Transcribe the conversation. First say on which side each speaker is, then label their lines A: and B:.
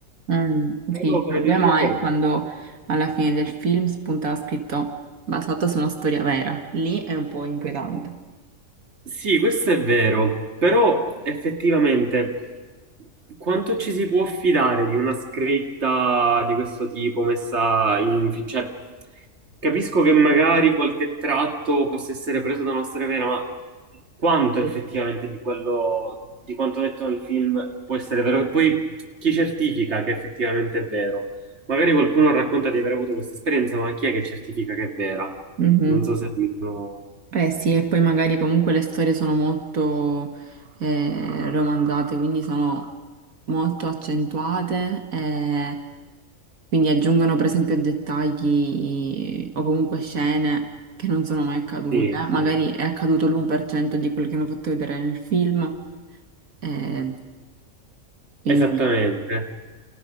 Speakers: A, on the right; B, on the right.
A: Mm, Sì,
B: Però,
A: il
B: come
A: problema
B: ti dicevo,
A: è quando alla fine del film spunta scritto basato su una storia vera. Lì è un po' inquietante.
B: sì, questo è vero, però effettivamente quanto ci si può fidare di una scritta di questo tipo messa in un... fi- Cioè, capisco che magari qualche tratto possa essere preso da una storia vera, ma quanto
A: Sì.
B: effettivamente di quello, di quanto detto nel film può essere vero? E poi chi certifica che effettivamente è vero? Magari qualcuno racconta di aver avuto questa esperienza, ma chi è che certifica che è vera?
A: Mhm.
B: Non so se mi sono...
A: Eh sì, e poi magari comunque le storie sono molto eh, romanzate, quindi sono molto accentuate e quindi aggiungono per esempio dettagli o comunque scene che non sono mai accadute.
B: Sì, sì,
A: Magari è accaduto l'1% di quello che hanno fatto vedere nel film, eh, quindi...
B: esattamente.